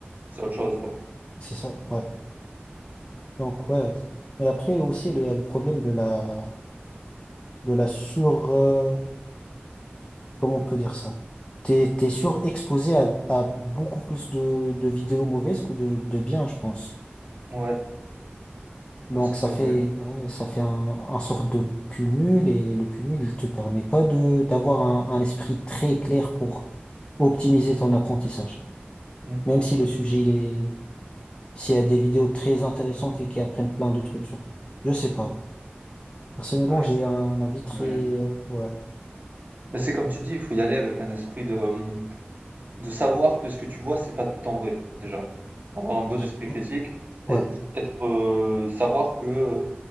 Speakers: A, on the right (about 45°); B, on the left (about 25°).
A: C'est autre chose, quoi.
B: c'est ça. Ouais. Donc, ouais. Et après aussi, il y a le problème de la, de la sur, euh, comment on peut dire ça? T'es, t'es surexposé à, à beaucoup plus de, de vidéos mauvaises que de, de bien, je pense.
A: Ouais,
B: Donc
A: non, ça
B: ça
A: c'est
B: fait
A: vrai.
B: ouais, ça fait un, un sorte de cumul et le cumul il te permet pas de d'avoir un, un esprit très clair pour optimiser ton apprentissage.
A: Mmh.
B: Même si le sujet il est s'il y a des vidéos très intéressantes et qui apprennent plein de trucs sur. Je sais pas. Personnellement
A: Non mais
B: j'ai
A: c'est
B: un avis très
A: ouais.
B: euh, ouais
A: Mais c'est comme tu dis, il faut y aller avec un esprit de, hem de savoir que ce que tu vois, c'est pas tout le temps vrai, déjà. Faut avoir un bon
B: J'ai-
A: esprit critique,
B: ouais
A: être, être, euh, savoir que euh,